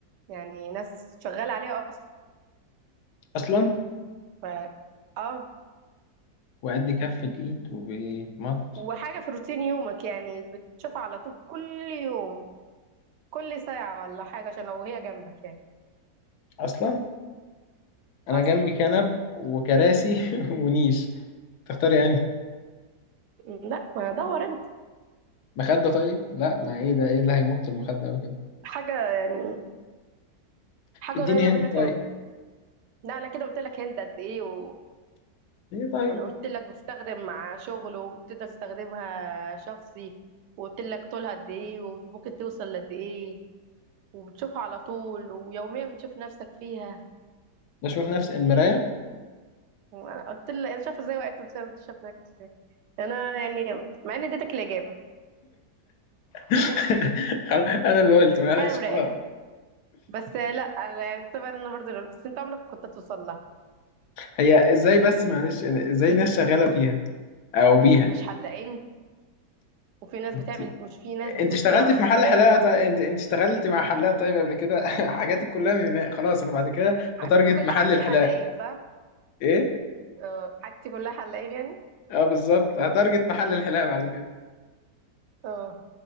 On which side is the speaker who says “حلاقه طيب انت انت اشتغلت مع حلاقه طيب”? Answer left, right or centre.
Left